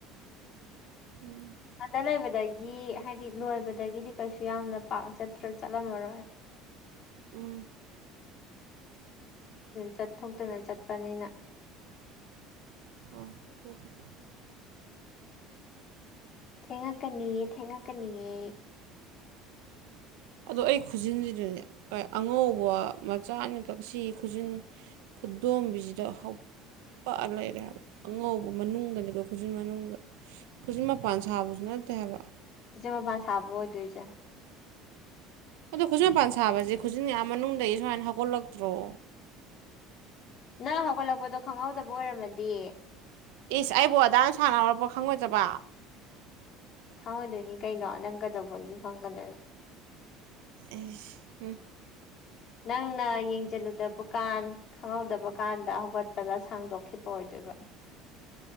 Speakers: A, on the right; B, on the left.
A: ꯎꯝ
B: ꯑꯥꯗ ꯂꯩꯕꯗꯒꯤ ꯍꯥꯏꯗꯤ ꯂꯣꯏꯕꯗꯒꯤꯗꯤ ꯀꯩꯁꯨ ꯌꯥꯝꯅ ꯄꯥꯛ ꯆꯠꯇ꯭ꯔ ꯆꯠꯂꯝꯃꯔꯣꯏ
A: ꯎꯝ
B: ꯆꯠꯊꯣꯛꯇꯅ ꯆꯠꯄꯅꯤꯅ
A: <unintelligible>
B: ꯊꯦꯡꯉꯛꯀꯅꯤꯌꯦ ꯊꯦꯡꯉꯛꯀꯅꯤꯌꯦ
A: ꯑꯗꯣ ꯑꯩ ꯈꯨꯖꯤꯟꯁꯤꯗꯨꯅꯦ ꯑꯉꯧꯕ ꯃꯆꯥꯅꯤ ꯀꯛꯁꯤ ꯈꯨꯖꯤꯟ ꯈꯨꯗꯣꯝꯕꯤꯖꯤꯗ ꯍꯥꯎ ꯄꯛꯑ ꯂꯩꯔꯦ ꯍꯥꯏꯕ ꯑꯉꯧꯕ ꯃꯅꯨꯡꯗꯅꯤꯀꯣ ꯈꯨꯖꯤꯟ ꯃꯅꯨꯡꯗ ꯈꯨꯖꯤꯛ ꯃꯄꯥꯟ ꯁꯥꯕꯁꯨ ꯅꯠꯇꯦ ꯍꯥꯏꯕ
B: ꯈꯨꯖꯤꯟ ꯃꯄꯥꯟ ꯁꯥꯕ ꯑꯣꯏꯗꯣꯏꯖꯦ
A: ꯑꯗꯣ ꯈꯨꯖꯤꯟ ꯃꯄꯥꯟ ꯁꯥꯕꯁꯦ ꯈꯨꯖꯤꯟ ꯑ ꯃꯅꯨꯡꯗꯒꯤ ꯁꯨꯃꯥꯏꯅ ꯍꯧꯒꯠꯂꯛꯇ꯭ꯔꯣ
B: ꯅꯪ ꯍꯧꯒꯠꯂꯛꯄꯗꯣ ꯈꯪꯍꯧꯗꯕ ꯑꯣꯏꯔꯝꯃꯗꯤ
A: ꯏꯁ ꯑꯩꯕꯨ ꯑꯗꯥꯝ ꯁꯥꯡꯅ ꯍꯧꯔꯛꯄ ꯈꯪꯉꯣꯏꯗꯕ
B: ꯈꯪꯉꯣꯏꯗꯣꯏꯅꯤ ꯀꯩꯅꯣ ꯅꯪ ꯀꯗꯧꯕꯒꯤ ꯈꯪꯒꯗꯣꯏ
A: ꯑꯦ ꯎꯝ
B: ꯅꯪꯅ ꯌꯦꯡꯖꯜꯂꯨꯗꯕ ꯀꯥꯟ ꯈꯪꯍꯧꯗꯕ ꯀꯥꯟꯗ ꯍꯧꯒꯠꯄꯗ ꯁꯥꯡꯗꯣꯛꯈꯤꯕ ꯑꯣꯏꯗꯣꯏꯕ